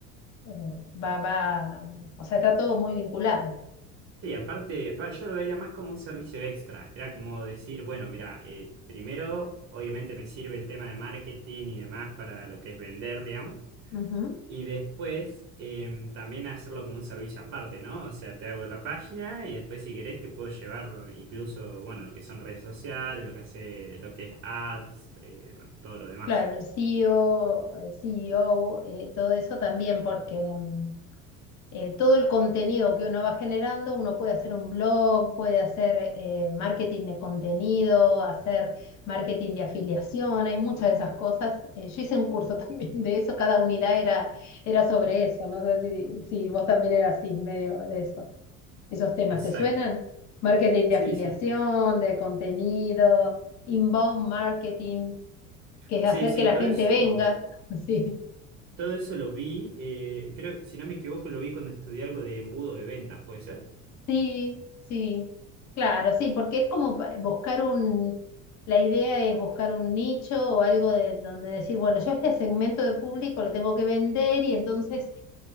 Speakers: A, on the left (about 45°); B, on the right (about 40°).
A: eh, va, va, mm, o sea, está todo muy vinculado.
B: Sí, aparte, va, yo lo veía más como un servicio extra. Era como decir, bueno, mira, eh, primero, obviamente me sirve el tema de marketing y demás para lo que es vender, digamos.
A: Ujú.
B: Y después, em, también hacerlo como un servicio aparte, ¿no? O sea, te hago la página y después, si querés, te puedo llevar incluso, bueno, lo que son redes sociales, lo que hace, lo que es ads, eh, bueno, todo lo demás.
A: Claro, el CEO, eh, CEO, eh, todo eso también, porque... mm, eh, todo el contenido que uno va generando, uno puede hacer un blog, puede hacer eh, marketing de contenido, hacer marketing de afiliación, hay muchas de esas cosas. Eh, yo hice un curso <laughs> también de eso, cada unidad era, era sobre eso, no sé si, si vos también eras así, medio de eso. ¿Esos temas
B: Exacto.
A: te suenan? Marketing de
B: Sí,
A: afiliación,
B: sí.
A: de contenido, inbound marketing, que es
B: Sí,
A: hacer
B: sí,
A: que la
B: todo
A: gente
B: eso.
A: venga, <laughs> sí.
B: Todo eso lo vi, eh, creo, si no me equivoco, lo vi cuando estudié algo de embudo de ventas, ¿puede ser?
A: Sí, sí, claro, sí, porque es como pa- buscar un, la idea es buscar un nicho o algo de donde decir, bueno, yo a este segmento de público le tengo que vender y entonces,